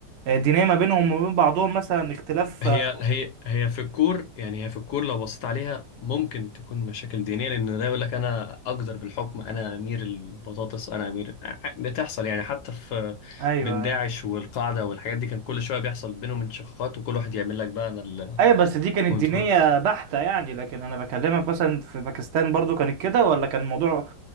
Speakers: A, on the right; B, on the left.
A: دينية ما بينهم وما بين بعضهم مثلا اختلاف
B: هي
A: آه،
B: هي هي في الكور يعني هي في الكور لو بصيت عليها ممكن تكون مشاكل دينية لان ده يقول لك انا اقدر بالحكم انا امير البطاطس انا امير ع- بتحصل يعني حتى في
A: ايوه
B: بين داعش
A: ايوه
B: والقاعدة والحاجات دي كان كل شوية بيحصل بينهم انشقاقات وكل واحد يعمل لك بقى انا
A: ايوه بس دي كانت
B: ال...
A: دينية بحتة يعني لكن انا بكلمك مثلا في باكستان برضو كانت كده ولا كان الموضوع